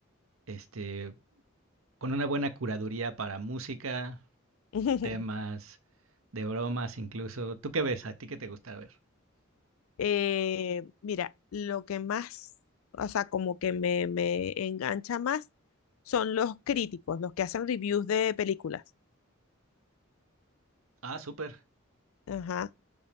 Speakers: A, on the right; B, on the left.
A: este, con una buena curaduría para música,
B: <laughs>
A: temas, de bromas incluso. ¿Tú qué ves? ¿A ti qué te gusta ver?
B: Eh, mira, lo que más, o sea, como que me, me engancha más son los críticos, los que hacen reviews de películas.
A: Ah, súper.
B: Ajá.